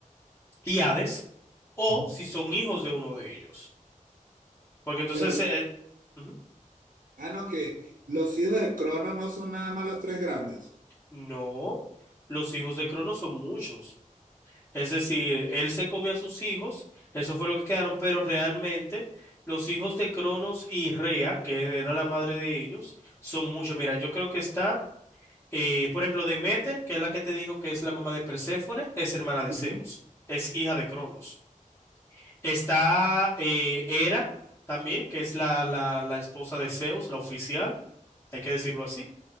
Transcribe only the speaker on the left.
y Hades, o
si son hijos de uno de ellos. Porque entonces,
eh, ujú,
no, los hijos de Cronos son muchos. Es decir, él se come a sus hijos, eso fue lo que quedaron, pero realmente los hijos de Cronos y Rea, que era la madre de ellos, son muchos. Mira, yo creo que está... Eh, por ejemplo, Demeter, que es la que te dijo que es la mamá de Perséfone, es hermana de Zeus,
es hija de Cronos. Está eh, Hera también, que es la, la, la esposa de Zeus, la oficial, hay que decirlo así.